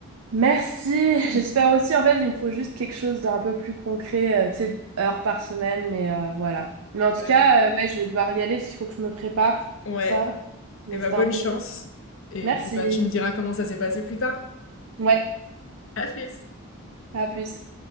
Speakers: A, on the right (about 75°); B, on the left (about 60°).
A: Merci, j'espère
B: Mm.
A: aussi. En fait, il me faut juste quelque chose d'un peu plus concret, euh, tu sais, heure par semaine, mais euh, voilà. Mais en tout
B: Bah
A: cas,
B: oui.
A: euh, ouais, je vais devoir y aller parce qu'il faut que je me prépare,
B: Ouais,
A: ça. Mais
B: et bah
A: c'était
B: bonne
A: un plaisir.
B: chance. Et
A: Merci.
B: puis bah tu me diras comment ça s'est passé plus tard.
A: Ouais,
B: À plus.
A: à plus.